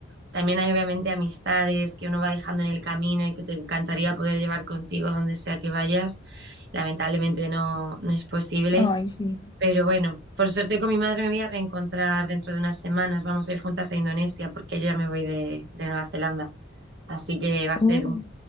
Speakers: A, on the right; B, on the left.
A: También hay obviamente amistades que uno va dejando en el camino y que te encantaría poder llevar contigo donde sea que vayas. Lamentablemente no, no es posible.
B: Ay, sí.
A: Pero bueno, por suerte con mi madre me voy a reencontrar dentro de unas semanas. Vamos a ir juntas a Indonesia porque yo ya me voy de, de Nueva Zelanda. Así que va a ser
B: Oh.